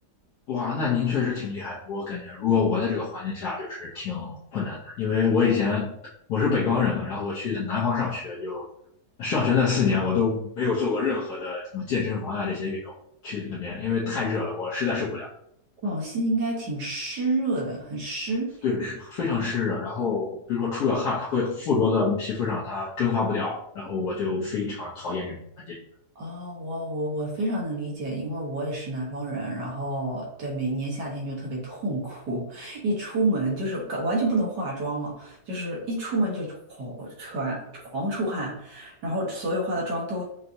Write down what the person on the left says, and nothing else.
哇，那您确实挺厉害的。我感觉如果我在这个环境下，就是挺困难的，因为我以前我是北方人嘛，然后我去的南方上学就，上学那四年我都没有做过任何的什么健身房呀、这些运动，去那边因为太热了，我实在受不了。
对，是非常湿热。然后比如说出个汗，它会附着在皮肤上，它蒸发不掉。然后我就非常讨厌这种环境。